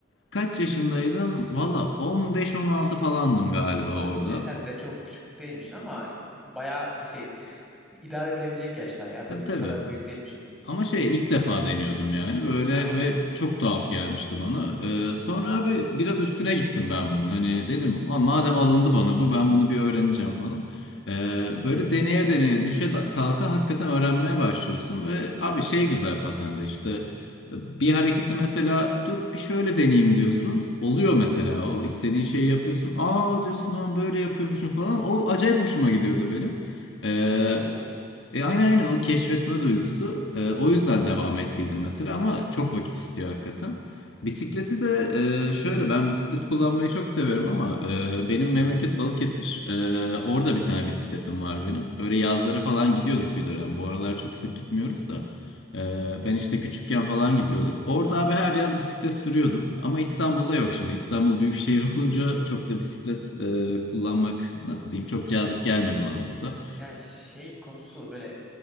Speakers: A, on the left; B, in the centre.
A: kaç yaşındaydım? Valla 15-16 falandım galiba
B: Ha,
A: orada.
B: yine sen de çok küçük değilmişsin ama bayağı şey idare edilebilecek yaşlar ya. Benimki
A: Tabii tabii.
B: kadar büyük değilmişsin.
A: Ama şey ilk defa deniyordum yani böyle
B: Ha, anladım.
A: ve çok tuhaf gelmişti bana. Ee, sonra abi biraz üstüne gittim ben bunun. Hani dedim "Aa, madem alındı bana bu ben bunu bir öğreneceğim falan. Ee, böyle deneye deneye düşe da- kalka hakikaten öğrenmeye başlıyorsun ve abi şey güzel patende işte e, bir hareketi mesela dur bir şöyle deneyeyim diyorsun. Oluyor mesela o istediğin şeyi yapıyorsun. Aa diyorsun lan böyle yapıyormuşum falan. O acayip hoşuma gidiyordu benim. Ee,
B: Ha, keşfetme.
A: e, aynen aynen o keşfetme duygusu. E, o yüzden devam ettiydim mesela ama çok vakit istiyor hakikaten. Bisikleti de e, şöyle ben bisiklet kullanmayı çok seviyorum ama e, benim memleket Balıkesir. E, orada bir tane bisikletim var benim. Böyle yazları
B: Hı
A: falan
B: hı.
A: gidiyorduk bir dönem. Bu aralar çok sık gitmiyoruz da. E, ben işte küçükken falan gidiyorduk. Orada abi her yaz bisiklet sürüyordum. Ama İstanbul'da yok şimdi. İstanbul büyük şehir <laughs> olunca çok da bisiklet e, kullanmak nasıl diyeyim çok cazip gelmedi bana burada.
B: Ya şey konusu böyle